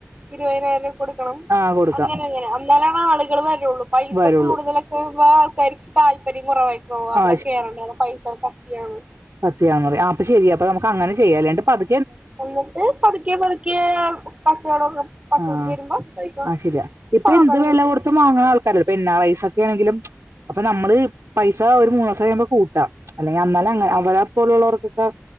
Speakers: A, on the right; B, on the right.
A: ഇരുപതിനായിരം രൂപക്ക് കൊടുക്കണം
B: ആ കൊടുക്കാം
A: അങ്ങനെ അങ്ങനെ എന്നാലാണ് ആളുകൾ വരുള്ളൂ പൈസ
B: വരുള്ളൂ
A: കൂടുതലൊക്കെ ആൾക്കാർക്ക് താല്പര്യം കുറവായി ഓഹ് അവിടെ
B: ആ
A: കേറണ്ട പൈസ കത്തിയാണ്
B: പത്തിയാന്ന് പറയാ അപ്പ ശരി അപ്പ നമു അങ്ങനെ ചെയ്യാല്ലേ ങ്ങട് പത്
A: എന്നിട്ട് പതുക്കെ പതുക്കെ കച്ചവടൊക്കെ പച്ചപിടിച്ച്
B: ആ
A: വരുമ്പോ പൈസ
B: ആ ശരിയാ ഇപ്പൊ
A: സാവധാനം
B: എന്ത് വില
A: കൂട്ടും
B: കൊടുത്തും വാങ്ങൻ ആൾക്കാരുണ്ട് ഇപ്പ എൻ ആർ ഐ സ് ഒക്കെ ആണെങ്കിലും അപ്പൊ നമ്മള് പൈസ ഒരു മൂന്ന് ദിവസം കഴിയുമ്പോ കൂട്ടാം അല്ലെങ്കിൽ അന്നാലങ്ങ- <unintelligible> പോലുള്ളവർക്കൊക്കെ